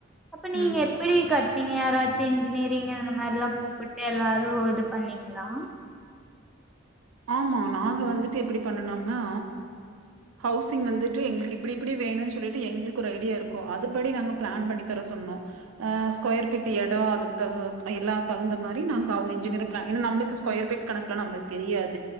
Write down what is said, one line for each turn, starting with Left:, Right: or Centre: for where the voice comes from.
Centre: அப்ப நீங்க
Right: ம்
Centre: எப்படி கட் நீங்க யாராச்சு இன்ஜினியரிங் அந்த மாதிரில்லா கூப்பிட்டு எல்லாரும் இது பண்ணீங்களா
Right: ஆமா நாங்க வந்துட்டு எப்படி பண்ணனோம்னா ஹவுசிங் வந்துட்டு எங்களுக்கு இப்படி இப்படி வேணும்னு சொல்லிட்டு எங்களுக்கு ஒரு ஐடியா இருக்கும் அதுபடி நாங்க பிளான் பண்ணி தர சொன்னோம் அ ஸ்கொயர் பீட் இடம் அதுக்குகு எல்லாம் தகுந்த மாதிரி நாங்க அவங்க இன்ஜினியர் பிள ஏன்னா நம்மளுக்கு ஸ்கொயர் பீட் கணக்குெல்லாம் நம்மளுக்கு தெரியாது